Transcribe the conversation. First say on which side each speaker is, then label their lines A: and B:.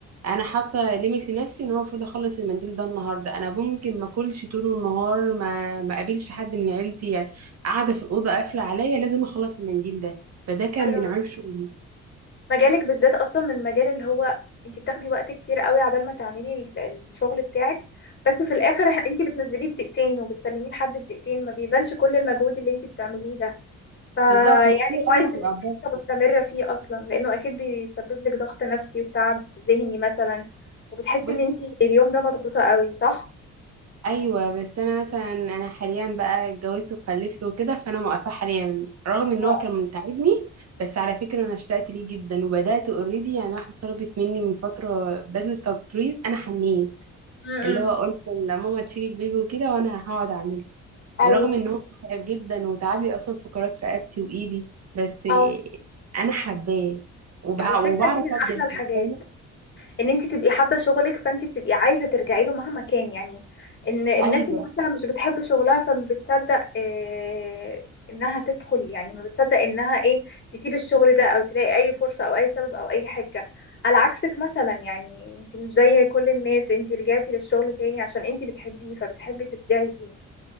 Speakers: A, on the right (about 55°); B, on the left (about 40°).
A: انا حاطه ليميت لنفسي ان انا المفروض اخلص المنديل ده النهارده انا ممكن ما اكلش طول النهار ما ما اقابلش حد من عيلتي يعني قاعده في الاوضه قافله عليا لازم اخلص المنديل ده فده كان
B: ايوه
A: من عيب شغلي
B: مجالك بالذات اصلا من المجال اللي هو انت بتاخدي وقت كتير قوي عبال ما تعملي ال- الشغل بتاعك بس في الاخر إح- انت بتنزليه في دقيقتين وبتسلميه لحد في دقيقتين ما بيبانش كل المجهود اللي انت بتعمليه ده فيعني
A: بالظبط وكتير
B: كويس
A: قوي ما بيقدرش
B: ان انت لسه مستمرة فيه اصلا لانه اكيد بيسبب لك ضغط نفسي وتعب ذهني مثلا وبتحسي
A: بص
B: ان انت اليوم ده مضغوطة قوي صح؟
A: ايوه بس انا مثلا انا حاليا بقى اتجوزت وخلفت وكده فانا موقفه حاليا رغم ان
B: اه
A: هو كان متعبني بس على فكره انا اشتقت ليه جدا وبدات اوريدي يعني واحده طلبت مني من فتره بدله تطريز انا حنيت
B: م-
A: اللي هو
B: م.
A: قلت لماما تشيل البيبي وكده وانا هقعد اعمله
B: ايوه
A: رغم ان هو متعب جدا وتعب لي اصلا فقرات رقبتي وايدي بس
B: اه
A: انا حباه وبع-
B: على فكرة
A: وبعرف
B: دي من
A: ابدع
B: احلى الحاجات
A: فيه فاهمه
B: ان انت تبقي حابه شغلك فانت بتبقي عايزه ترجعي له مهما كان يعني ان الناس
A: ايوه
B: اللي مثلا مش بتحب شغلها فما بتصدق آه، انها تدخل يعني ما بتصدق انها ايه تسيب الشغل ده او تلاقي اي فرصه او اي سبب او اي حاجه على عكسك مثلا يعني انت مش زي كل الناس انت رجعتي للشغل تاني عشان انت بتحبيه فبتحبي تبدعي فيه